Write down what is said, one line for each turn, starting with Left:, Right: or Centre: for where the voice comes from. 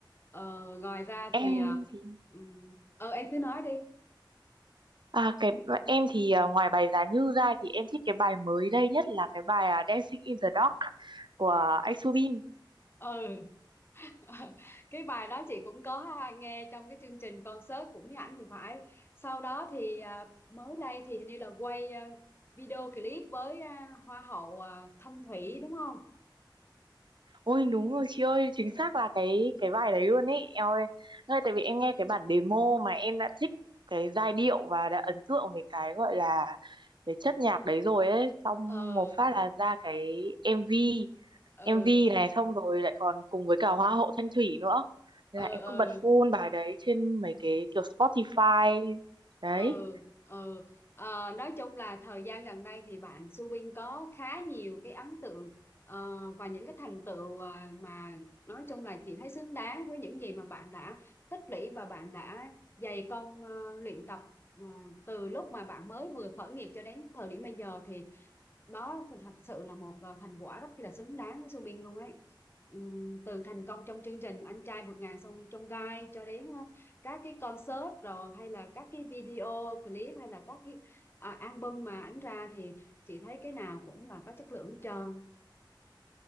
Left: ờ, ngoài ra
Right: Em
Left: thì ờ,
Right: thì
Left: ừ, ờ, em cứ nói đi
Right: À, cái em thì à, ngoài bài Giá Như ra thì em thích cái bài mới đây nhất là cái bài à, Dancing in the Dark của anh Subin.
Left: ừ <laughs> cái bài đó chị cũng có ha, nghe trong cái chương trình concert cũng với ảnh thì phải sau đó thì à, mới đây thì hình như là quay à, video clip với à, hoa hậu à, Thanh Thủy đúng không
Right: Ôi đúng rồi chị ơi, chính xác là cái cái bài đấy luôn ấy. Em ơi, nơi tại vì em nghe cái bản demo mà em đã thích cái giai điệu và đã ấn tượng với cái gọi là cái chất nhạc đấy rồi ấy, xong
Left: ừ
Right: một phát là ra cái MV,
Left: ừ
Right: MV này xong rồi lại còn cùng với cả Hoa hậu Thanh Thủy nữa.
Left: ừ
Right: Thế Là em
Left: ừ
Right: cứ bật full bài đấy trên mấy cái kiểu Spotify đấy
Left: ừ ừ Ờ, nói chung là thời gian gần đây thì bạn Subin có khá nhiều cái ấn tượng ờ, và những cái thành tựu ờ, mà nói chung là chị thấy xứng đáng với những gì mà bạn đã tích lũy và bạn đã dày công ờ, luyện tập ờ, từ lúc mà bạn mới vừa khởi nghiệp cho đến thời điểm bây giờ thì đó thật sự là một ờ, thành quả rất là xứng đáng với Subin luôn ấy Ừm, từ thành công trong chương trình anh trai vượt ngàn sông trong gai cho đến ờ, các cái concert rồi hay là các cái video clip hay là các cái à, album mà ảnh ra thì chị thấy cái nào cũng là có chất lượng hết trơn